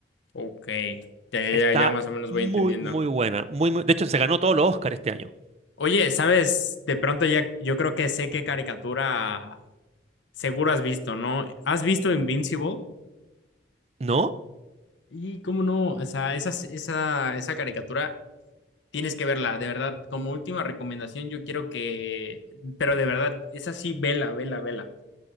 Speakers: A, on the left; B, on the right.
A: Ok, ya, ya,
B: Está
A: ya, ya más o menos
B: muy,
A: voy entendiendo.
B: muy buena. Muy, muy- De hecho, se ganó todos los Oscars este año.
A: Oye, ¿sabes? De pronto ya yo creo que sé qué caricatura seguro has visto, ¿no? ¿Has visto Invincible?
B: ¿No?
A: Y cómo no, o sea, esa, esa, esa caricatura tienes que verla, de verdad. Como última recomendación, yo quiero que, pero de verdad, esa sí, vela, vela, vela.